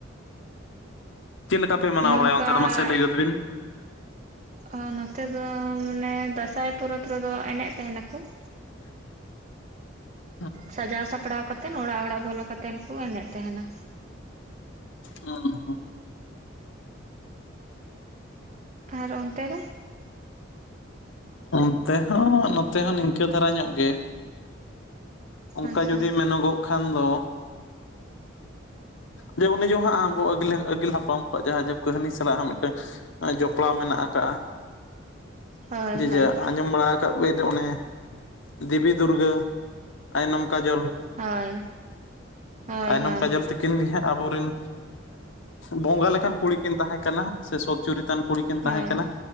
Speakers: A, on the left (about 75°); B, on the right (about 35°).
A: ᱪᱮᱫ ᱞᱮᱠᱟ ᱯᱮ ᱢᱟᱱᱟᱣ
B: ᱱᱚᱝᱠᱟ
A: ᱵᱟᱲᱟᱭ ᱚᱱᱛᱮ ᱫᱚ ᱢᱟᱥᱮ ᱞᱟᱹᱭᱚᱫ ᱵᱤᱱ?
B: ᱚ ᱱᱚᱛᱮ ᱫᱚ ᱢᱟᱱᱮ ᱫᱟᱸᱥᱟᱭ ᱯᱚᱨᱚᱵᱽ ᱨᱮᱫᱚ ᱮᱱᱮᱡ ᱛᱟᱦᱮᱱᱟ ᱠᱚ ᱾
A: <inaudible>
B: ᱥᱟᱡᱟᱣ ᱥᱟᱯᱲᱟᱣ ᱠᱟᱛᱮ ᱚᱲᱟᱜ ᱚᱲᱟᱜ ᱵᱚᱞᱚ ᱠᱟᱛᱮ ᱠᱚ ᱮᱱᱮᱡ ᱛᱟᱦᱮᱱᱟ ᱾
A: ᱦᱩᱸ ᱦᱩᱸ ᱾
B: ᱟᱨ ᱚᱱᱛᱮ ᱫᱚ?
A: ᱚᱱᱛᱮ ᱦᱚᱸ ᱱᱚᱛᱮ ᱦᱚᱸ ᱱᱤᱝᱠᱟᱹ ᱫᱷᱟᱨᱟ ᱧᱚᱜ ᱜᱮ, ᱚᱱᱠᱟ
B: ᱟᱪᱪᱷᱟ
A: ᱡᱩᱫᱤ ᱢᱮᱱᱚᱜᱚᱜ ᱠᱷᱟᱱ ᱫᱚ ᱡᱮ ᱩᱱᱤ ᱡᱟ ᱦᱟᱸᱜ ᱟᱵᱚ ᱟᱹᱜᱤᱞ ᱦᱟᱯᱲᱟᱢ ᱡᱟᱦᱟᱸ ᱟᱸᱡᱚᱢ ᱠᱟᱹᱦᱱᱤ ᱥᱟᱞᱟᱜ ᱦᱚᱸ ᱢᱤᱫᱴᱟᱝ ᱡᱚᱯᱲᱟᱣ ᱢᱮᱱᱟᱜ ᱟᱠᱟᱟᱜᱼᱟ᱾
B: ᱦᱳᱭ
A: ᱡᱮ
B: ᱦᱳᱭ
A: ᱡᱟ ᱟᱸᱡᱚᱢ ᱵᱟᱲᱟ ᱟᱠᱟᱫ ᱦᱳᱭ ᱫᱚ ᱚᱱᱮ ᱫᱮᱵᱤ ᱫᱩᱨᱜᱟᱹ ᱟᱭᱱᱚᱢ ᱠᱟᱡᱚᱞ
B: ᱦᱳᱭ ᱦᱳᱭ
A: ᱟᱭᱱᱚᱢ
B: ᱦᱳᱭ
A: ᱠᱟᱡᱚᱞ ᱛᱤᱠ ᱠᱤᱱ ᱟᱵᱚᱨᱤᱱ ᱵᱚᱸᱜᱟ ᱞᱮᱠᱟᱱ ᱠᱩᱲᱤ ᱠᱤᱱ ᱛᱟᱦᱮᱸ ᱠᱟᱱᱟ, ᱥᱮ ᱥᱚᱛ ᱪᱚᱨᱤᱛᱟᱱ ᱠᱩᱲᱤ ᱠᱤᱱ
B: ᱦᱳᱭ
A: ᱛᱟᱦᱮᱸ ᱠᱟᱱᱟ